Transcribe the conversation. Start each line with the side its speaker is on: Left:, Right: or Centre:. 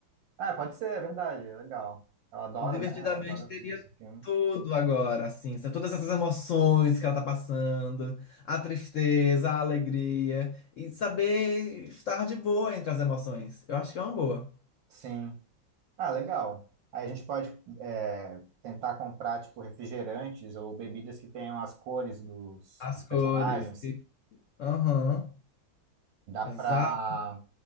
Right: Ah, pode ser, é verdade, é legal. Ela adora,
Left: O Divertidamente
Right: né? Ela adora
Left: teria
Right: esse, esse filme.
Left: tudo agora, assim, são todas essas emoções que ela tá passando, a tristeza, a alegria, e saber estar de boa entre as emoções. Eu acho que é uma boa.
Right: Sim. Ah, legal. Aí a gente pode é, tentar comprar, tipo, refrigerantes ou bebidas que tenham as cores dos,
Left: As
Right: dos
Left: cores.
Right: personagens.
Left: Aham.
Right: Dá
Left: Exato,
Right: pra,